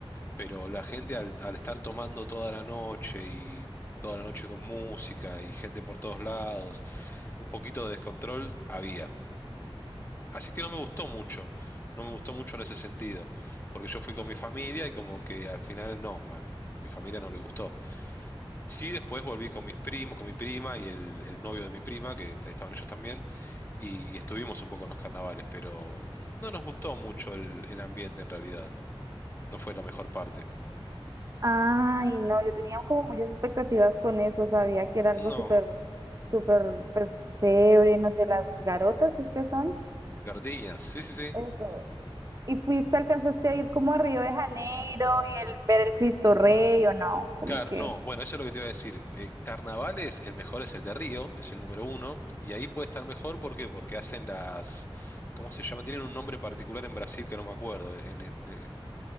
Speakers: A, on the left; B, on the right.
A: Pero la gente al, al estar tomando toda la noche y toda la noche con música y gente por todos lados, un poquito de descontrol había. Así que no me gustó mucho, no me gustó mucho en ese sentido, porque yo fui con mi familia y como que al final no, a mi, a mi familia no le gustó. Sí, después volví con mis primos, con mi prima y el, el novio de mi prima, que est- estaban ellos también, y estuvimos un poco en los carnavales, pero no nos gustó mucho el el ambiente en realidad, no fue la mejor parte.
B: Ay, no, yo tenía como muchas expectativas con eso, sabía que era algo
A: No.
B: súper, súper, pues chévere, no sé, las garotas es que son.
A: Gartiñas, sí, sí, sí.
B: Eso. ¿Y fuiste, alcanzaste a ir como a Río de Janeiro y el, ver el Cristo Rey o no? Como
A: Car-
B: que,
A: no, bueno, eso es lo que te iba a decir. Eh, carnavales, el mejor es el de Río, es el número uno, y ahí puede estar mejor, ¿por qué? Porque hacen las, ¿cómo se llama? Tienen un nombre particular en Brasil que no me acuerdo. En, en- en-